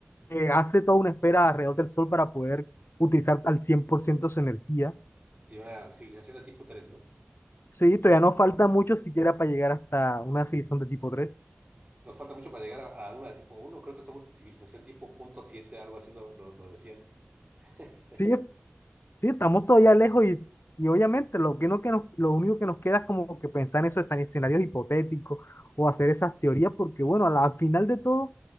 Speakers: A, on the left; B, on the right.
A: eh, hace toda una esfera alrededor del sol para poder utilizar al 100% su energía.
B: sí, una civilización de tipo tres ¿no?
A: Sí, todavía nos falta mucho siquiera para llegar hasta una civilización de tipo tres
B: Nos falta mucho para llegar a, a una de tipo uno creo que somos civilización tipo punto siete algo así lo, lo, lo decían. <laughs>
A: Sí, es- sí, estamos todavía lejos y, y obviamente lo que no que nos, lo único que nos queda es como que pensar en esos escen- escenarios hipotéticos o hacer esas teorías, porque bueno, a la- al final de todo,